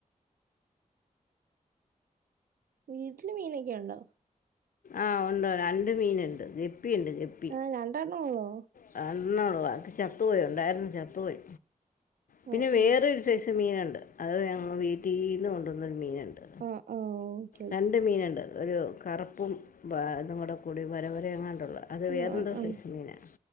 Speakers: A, on the right; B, on the left.
A: വീട്ടില് മീനൊക്കെ ഉണ്ടോ
B: ആഹ് ഒണ്ട് രണ്ടു മീന്ണ്ട് ഗപ്പിണ്ട് ഗപ്പ്
A: ആഹ് രണ്ടെണ്ണം ഒള്ളോ
B: രണ്ടെണ്ണം ഒള്ളൂ അഒക്കെ ചത്തുപോയി ഉണ്ടായിരുന്നു ചത്തുപോയി പിന്നെ
A: ആഹ് ആഹ്
B: വേറൊരു സൈസ് മീനുണ്ട് അത് ഞങ്ങള് വീട്ടീന്ന് കൊണ്ടുവന്നൊരു മീന്ണ്ട്
A: ഓഹ് ഓഹ്
B: രണ്ട് മീനുണ്ട് ഒരു കറുപ്പും ബാ ഇതും കൂടീള്ള വരവര അങ്ങാണ്ടുള്ള അത്
A: ആഹ്
B: വേറെന്തോ
A: ആഹ്
B: സൈസ് മീനാ